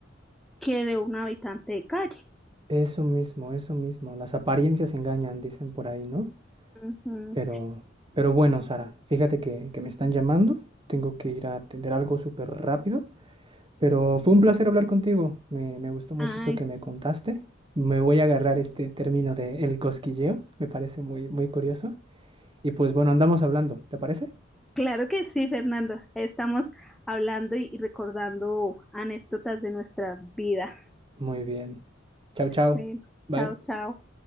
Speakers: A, in the centre; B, on the right.
A: que de un habitante de calle.
B: Eso mismo, eso mismo. Las apariencias engañan, dicen por ahí, ¿no?
A: Ujú.
B: Pero, pero bueno, Sara, fíjate que, que me están llamando. Tengo que ir a atender algo súper rápido. Pero fue un placer hablar contigo. Me, me gustó mucho
A: Ah,
B: esto que me contaste. Me voy a agarrar este término de el cosquilleo. Me parece muy, muy curioso. Y pues bueno, andamos hablando. ¿Te parece?
A: Claro que sí, Fernando. Estamos hablando y y recordando anécdotas de nuestra vida.
B: Muy bien. Chao, chao.
A: Bueno,
B: Bye.
A: chao, chao.